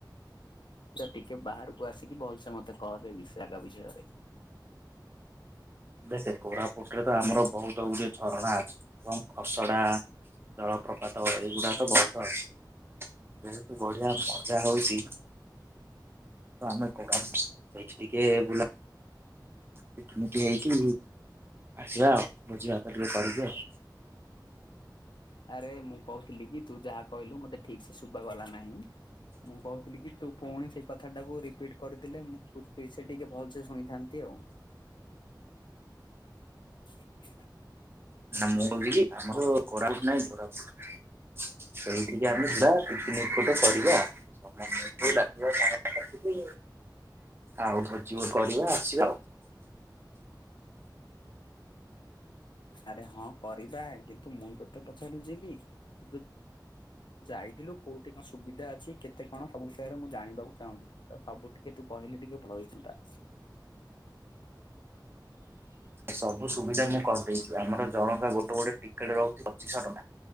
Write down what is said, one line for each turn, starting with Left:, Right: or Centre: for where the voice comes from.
Left: ଟିକେ <unintelligible> ବାହାରକୁ ଆସିକି ଭଲସେ ମତେ କହ ତୁ ବିଶାଖା ବିଷୟରେ?
Right: ଦେଖେ କୋରାପୁଟ୍ ରେ ତ ଆମର ବହୁତ ଗୁଡିଏ ଝରଣା ଅଛି। ଏବଂ ଖସଡା ଜଳପ୍ରପାତ ଏଇଗୁଡା ତ ବହୁତ ଅଛି। ଯେହେତୁ ବଢିଆ ମଜା ହଉଚି ତ ଆମେ କୋଡାପ୍ସ ଏଇଠି ଟିକେ ବୁଲା ପିକନିକ୍ ହେଇକି ଆସିବା ଆଉ। ଭୋଜି ଭାତ ଟିକେ କରିକି ଆଉ।
Left: ଆରେ ମୁଁ କହୁଥିଲି କି ତୁ, ଯାହା କହିଲୁ ମତେ ଠିକ୍ ସେ ଶୁଭା ଗଲା ନାହିଁ। ମୁଁ କହୁଥିଲି କି ତୁ, ପୁଣି ସେଇ କଥାଟାକୁ ରିପିଟ୍ କରିଦେଲେ ମୁଁ ଫୁଟ୍ ପିଚ୍ ଏ ଟିକେ ଭଲ୍ ସେ ଶୁଣିଥାନ୍ତି ଆଉ। <inaudible>
Right: ମୁଁ ଯିବି ଆମର କୋରାପୁଟ ନାଇଁ, କୋରାପୁଟ! ସେଇଠିକି ଆମେ ଯିବା ପିକ୍ ନିକ୍ ଗୋଟେ କରିବା, ସମସ୍ତଙ୍କୁ ଡାକିବା ସାଙ୍ଗ ସାଥିକି। ଆଉ ଭୋଜିି କରିବା ଆସିବା ଆଉ।
Left: ଆରେ ହଁ କରିବା, କିନ୍ତୁ ମୁଁ ତୋତେ ପଚାରୁଛି କି, ଯୋ- ଯାଇଥିଲୁ କୋଉଠି କଁ? ସୁବିଧା ଅଛି, କେତେ କଣ ସବୁ ବିଷୟରେ ମୁଁ ଜାଣିବାକୁ ଚାହୁଁଚି? ତ ସବୁ ଟିକେ ତୁ କହିଲେ ଟିକେ ଭଲ ହେଇଥାନ୍ତା।
Right: ସବୁ ସୁବିଧା ମୁଁ କରିଦେଇଚି। ଆମର ଜଣଙ୍କା ଗୋଟେ ଗୋଟେ ଟିକେଟ୍ ରହୁଚି, ପଚିଶହ ଟଙ୍କା।